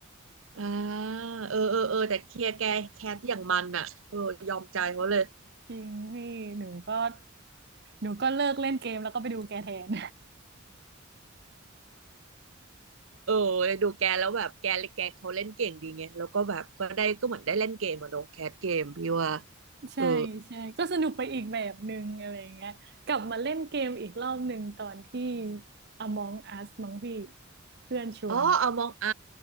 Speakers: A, on the right (about 75°); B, on the right (about 55°).
A: อ่าเออเออเออแต่เคลียร์แกแคทอย่างมันอ่ะเออยอมใจเขาเลย
B: จริงนี่หนูก็หนูก็เลิกเล่นเกมแล้วก็ไปดูแกแทน
A: เออดูแกแล้วแบบแกแกเขาเล่นเก่งดีไง แล้วก็แบบก็ได้ก็เหมือนได้เล่นเกมอะเนอะแคสเกมพี่ว่า
B: <laughs> ใช่ใช่ก็สนุกไปอีกแบบหนึ่งอะไรอย่างเงี้ยกลับมาเล่นเกมอีกรอบหนึ่งตอนที่
A: เออ
B: Among Us มั้งพี่เพื่อนชวน
A: อ๋อเอามองอ